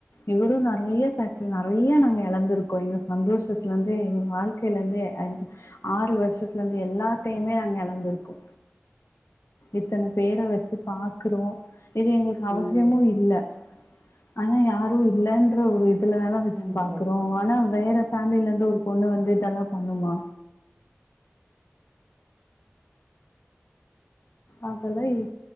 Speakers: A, on the left; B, on the left.
A: இவரு நறைய சாக் நறைய நாங்க எழந்திருக்கோ எங்க சந்தோஷத்துலருந்து எங்க வாழ் கையிலருந்து அஞ்சு ஆறு வருசத்துலருந்து து எல்லாத்தையுமே நாங்க எழந்திருக்கோ இத்தன பேர வச்சு பாக்குறோ இது எங்களுக்கு அவசியமும்
B: ம்
A: இல்ல ஆனா யாரு இல்லன்ற ஒரு இது இதுல தான வச்சு
B: ம்
A: பாக்குறோ
B: சரி
A: ஆனா வேற ஃபேமிலருந்து ஒரு பொண்ணு வந்து இதெல்லா பண்ணுமா அதெல்லா இல்